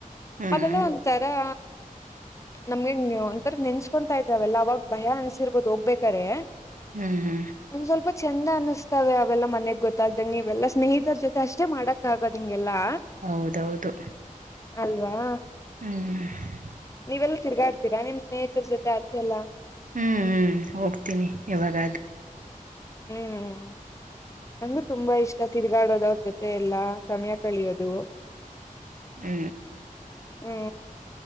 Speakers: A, on the right; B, on the left.
A: ಹ್ಮ್
B: ಅವೆಲ್ಲ ಒಂತರಾ ನಮ್ಗೆನ್ ಒಂಥರ ನೆನ್ಸ್ಕೊಂತಾ ಇದ್ರಾವೆಲ್ಲ ಅವಾಗ ಭಯ ಅನ್ಸಿರ್ಬೋದು ಹೋಗ್ಬೇಕಾರೆೆ.
A: ಹೂ ಹೂ
B: ಒಂದ್ ಸ್ವಲ್ಪ ಚಂದ ಅನಿಸ್ತಾವೆ ಅವೆಲ್ಲ ಮನೆಗ್ ಗೊತ್ತ ಗೊತ್ತಾಗದಂಗೆ ಇವೆಲ್ಲಾ ಸ್ನೇಹಿತರ ಜೊತೆ ಅಷ್ಟೇ ಮಾಡಕ್ ಆಗೋದ ಇಂಗೆಲ್ಲಾ
A: ಹೌದ್ ಹೌದು
B: ಅಲ್ವಾ
A: ಹ್ಮ
B: ನೀವೆಲ್ ತಿರ್ಗಾಡ್ತೀರಾ ನಿಮ್ ಸ್ನೇಹಿತರ ಜೊತೆ ಆಚೆಯಲ್ಲಾ
A: ಹ್ಮ ಹೋಗ್ತೀನಿ ಯಾವಾಗಾದ್
B: ಹ್ಮ್ ನಂಗು ತುಂಬಾ ಇಷ್ಟ ತಿರುಗಾಡೋದ ಅವ್ರ ಜೊತೆ ಎಲ್ಲಾ ಸಮಯ ಕಳಿಯೋದು
A: ಹ್ಮ
B: ಹ್ಮ